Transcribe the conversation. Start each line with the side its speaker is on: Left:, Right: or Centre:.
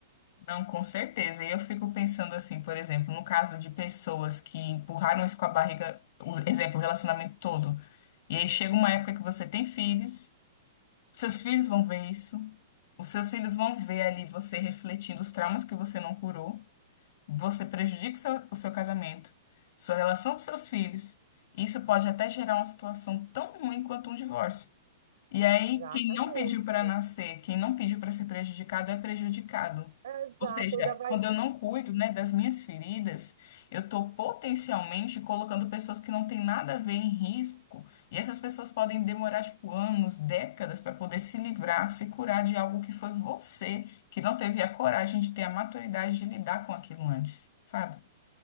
Left: Não, com certeza. E eu fico pensando assim, por exemplo, no caso de pessoas que empurraram isso com a barriga, o exemplo, o relacionamento todo. E aí chega uma época que você tem filhos. Seus filhos vão ver isso. Os seus filhos vão ver ali você refletindo os traumas que você não curou. Você prejudica o seu, o seu casamento, sua relação com seus filhos. Isso pode até gerar uma situação tão ruim quanto um divórcio. E aí,
Right: Exatamente.
Left: quem não pediu para nascer, quem não pediu para ser prejudicado, é prejudicado.
Right: É, exato,
Left: Ou seja,
Right: ainda vai,
Left: quando eu não cuido, né, das minhas feridas, eu estou potencialmente colocando pessoas que não têm nada a ver em risco. E essas pessoas podem demorar, tipo, anos, décadas para poder se livrar, se curar de algo que foi você, que não teve a coragem de ter a maturidade de lidar com aquilo antes, sabe?